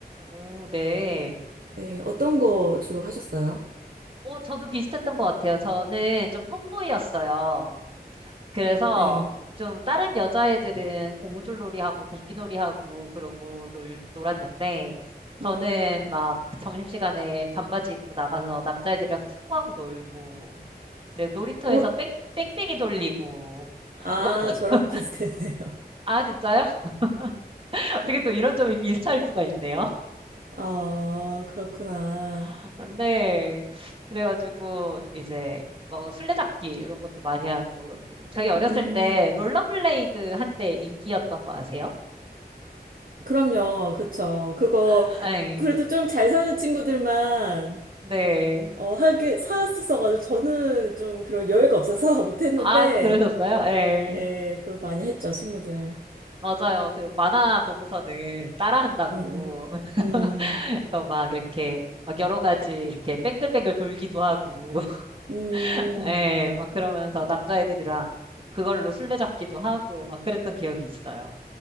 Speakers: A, on the right (about 30°); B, on the right (about 55°).
A: 오, 네.
B: 네, 어떤 거 주로 하셨어요?
A: 오, 저도 비슷했던 것 같아요. 저는 좀 톰보이였어요. 그래서
B: 네.
A: 좀 다른 여자애들은 고무줄놀이하고 공기놀이하고 그러고 놀, 놀았는데 저는
B: 음,
A: 막 점심시간에 반바지 입고 나가서 남자애들이랑 축구하고 놀고 그래, 놀이터에서
B: 어,
A: 뺑, 뺑뺑이 돌리고 <laughs>
B: 아, 저랑 비슷했네요. <laughs>
A: 아 진짜요? <laughs> 어떻게 또 이런 점이 비슷할 수가 있네요.
B: 아, 그렇구나.
A: <laughs> 네. 그래가지고 이제 뭐 술래잡기 이런 것도 많이 하고 그- 저희 어렸을
B: 음,
A: 때 롤러블레이드 한때 인기였던 거 아세요?
B: 그럼요, 그쵸. 그거,
A: 아, 아, 예.
B: 그래도 좀 잘 사는 친구들만,
A: 네.
B: 어, 하게, 사왔었어가지고, 저는 좀 그런 여유가 없어서 <laughs> 못했는데,
A: 아, 그러셨어요? 예.
B: 예, 그럼 많이 했죠, 친구들.
A: 맞아요. 그 만화 보고서는 따라한다고.
B: 음, 음,
A: <laughs>
B: 음,
A: 그래서 막 이렇게 막 여러 가지 이렇게 뱅글뱅글 돌기도 하고. <laughs>
B: 음,
A: 예. 막 그러면서 남자애들이랑 그걸로 술래잡기도 하고 막 그랬던 기억이 있어요.